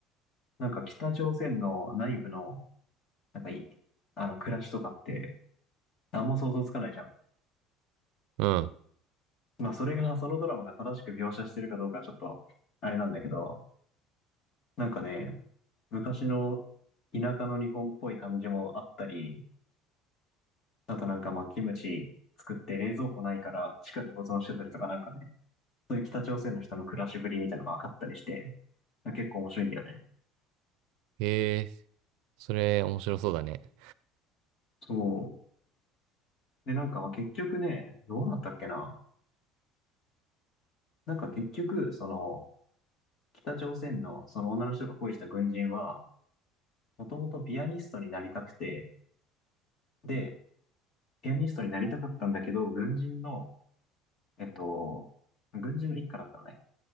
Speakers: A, on the left; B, on the right.
A: なんか北朝鮮の内部の、なんかいあの、暮らしとかって、あんま想像つかないじゃん。
B: うん。
A: まあ、それが、そのドラマが正しく描写してるかどうかはちょっと、あれなんだけど、なんかね、昔の田舎の日本っぽい感じもあったり、あとなんかまあ、キムチ作って冷蔵庫ないから地下で保存してたりとかなんかね、そういう北朝鮮の人の暮らしぶりみたいなのが分かったりして、結構面白いんだよね。
B: へえ、それ面白そうだね。
A: そう。で、なんかまあ結局ね、どうなったっけな。なんか結局、その、北朝鮮のその女の人が恋した軍人は、もともとピアニストになりたくて、で、ピアニストになりたかったんだけど、軍人の、えっと、軍人の一家だったのね。